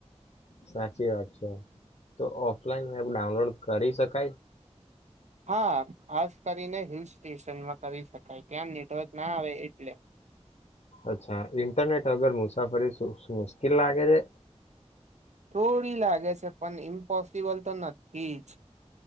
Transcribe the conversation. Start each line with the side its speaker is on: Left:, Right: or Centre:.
Left: સાચી વાત છે તો ઓફલાઈન એપ ડાઉનલોડ કરી શકાય
Right: હા ખાસ કરીને હિલ સ્ટેશનમાં કરી શકાય ક્યાં નેટવર્ક ના આવે એટલે
Left: અચ્છા ઇન્ટરનેટ વગર મુસાફરી મુશ્કેલ લાગે છે
Right: થોડી લાગે છે પણ ઇમ્પોસિબલ તો નથી જ